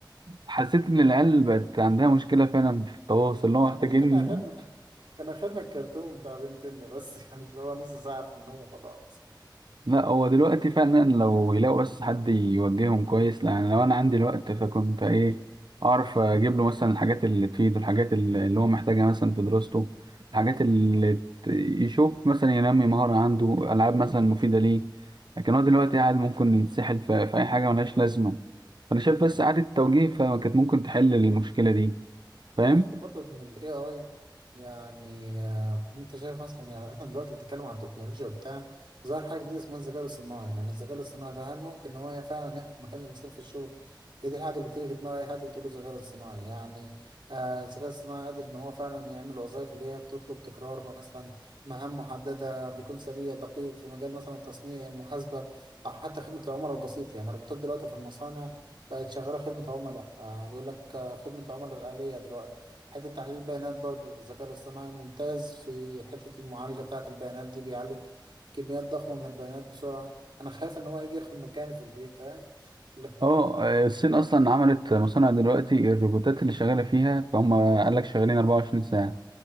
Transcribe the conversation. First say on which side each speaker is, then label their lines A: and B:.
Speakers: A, on the right; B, on the right.
A: حسيت ان العيال بقت عندها مشكله فعلا في التواصل اللي هو محتاجين
B: احنا كان آخرنا كان آخرنا الكرتون بتاع بنتنا بس <laughs> يعني اللي هو نص ساعة في النوم وخلاص
A: لا هو دلوقتي فعلا لو يلاقوا بس حد يوجههم كويس يعني لو انا عندي الوقت فكنت ايه اعرف اجيب
B: مم،
A: له مثلا الحاجات اللي تفيده الحاجات اللي اللي هو محتاجها مثلا في دراسته الحاجات
B: مم،
A: اللي ت- يشوف مثلا ينمي مهارة عنده العاب مثلا مفيدة ليه لكن هو دلوقتي قاعد ممكن يتسحل في, في اي حاجة ملهاش لازمة فانا شايف
B: مم.
A: بس إعادة توجيه فكانت ممكن تحل المشكلة دي فاهم
B: لا حتى برضه ان ال AI يعني آه، انت شايف مثلا يعني احنا دلوقتي بنتكلم عن التكنولوجيا وبتاع ظهر حاجة جديدة اسمها الذكاء الاصطناعي يعني الذكاء الاصطناعي ده هل ممكن ان هو فعلا ياخد مكان الانسان في الشغل؟ هي دي الحاجة اللي بتيجي في دماغ اي حد بتقول له الذكاء الاصطناعي يعني آه، الذكاء الاصطناعي قادر ان هو فعلا يعمل وظائف اللي هي بتطلب تكرار مثلا مهام محددة بيكون سريع دقيق في مجال مثلا التصنيع المحاسبة او حتى خدمة العملاء البسيط يعني الروبوتات دلوقتي في المصانع بقت شغالة خدمة عملاء آه، بيقول لك آه، خدمة العملاء الآلية دلوقتي حتة تحليل البيانات برضو الذكاء الاصطناعي ممتاز في حتة المعالجة بتاعة البيانات دي بيعالج كميات ضخمة من البيانات بسرعة أنا خايف إن هو يجي ياخد مكاني في البيت فاهم <laughs> لا.
A: اه آه، الصين
B: ف...
A: اصلا عملت مصانع دلوقتي الروبوتات اللي شغاله فيها فهم قال لك شغالين 24 ساعه